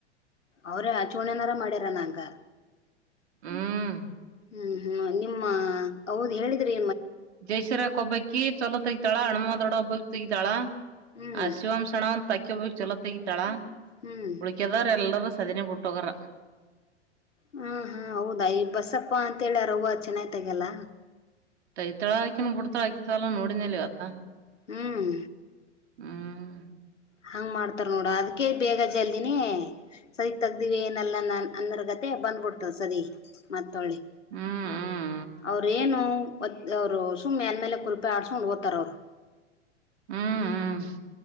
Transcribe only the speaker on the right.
ಹ್ಮ್
ಜಯಸಿರಾಕ ಒಬ್ಬಕಿ ಚೊಲತ್ತಗಿತಾಳ ಹಣ್ಮವ ದೊಡ್ಡ ಒಬ್ಬ ತಗ್ದಾಳಾ.
ಆ ಶಿವಮ್ ಸಣ್ಣವ ಒಂದ ಅಕಿಬೇಕ್ ಚಲೋತ್. ತೆಗತಾಳಾ.
ಉಳಕ್ಯದರೆಲ್ಲರು ಸದನೆ ಬಿಟ್ಟೋಗರ.
ತೈತಳಾಕಿನ ಬುಡ್ತಳಾ ಸಲ ನೋಡಿನಲ್ಲಿ ಅತ್ತ
ಹ್ಮ್
ಹ್ಮ್ ಹ್ಮ್
ಹ್ಮ್ ಹ್ಮ್